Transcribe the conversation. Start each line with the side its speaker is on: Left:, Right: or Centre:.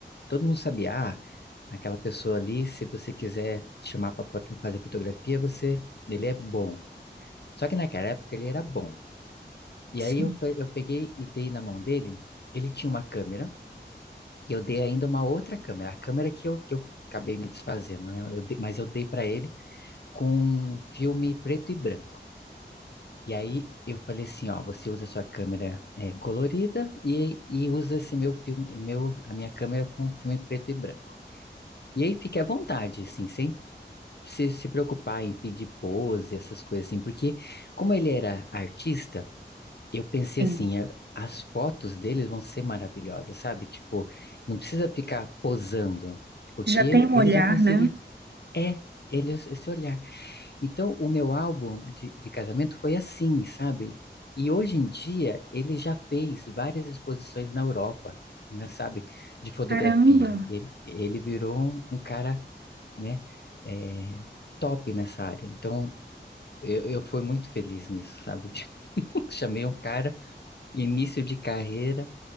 Left: todo mundo sabia, ah, aquela pessoa ali, se você quiser chamar para fazer fotografia, você, ele é bom. Só que naquela época ele era bom. E
Right: Sim.
Left: aí eu, fe- eu peguei e dei na mão dele. Ele tinha uma câmera e eu dei ainda uma outra câmera, a câmera que eu, que eu acabei me desfazendo, né? Eu dei- mas eu dei pra ele com um filme preto e branco. E aí eu falei assim, ó, você usa a sua câmera é, colorida e, e usa esse meu filme, meu, a minha câmera com filme preto e branco. E aí fique à vontade, assim, sem se, se preocupar em pedir pose, essas coisas assim, porque como ele era artista Eu pensei
Right: Sim.
Left: assim, é, as fotos deles vão ser maravilhosas, sabe? Tipo, não precisa ficar posando, porque
Right: Já tem um
Left: ele
Right: olhar,
Left: vai conseguir.
Right: né?
Left: É, ele é esse olhar. Então, o meu álbum de, de casamento foi assim, sabe? E hoje em dia, ele já fez várias exposições na Europa, né, sabe? De fotografia.
Right: Caramba!
Left: Ele, ele virou um, um cara, né? é, top nessa área. Então, eu, eu fui muito feliz nisso, sabe? <laughs> Chamei um cara início de carreira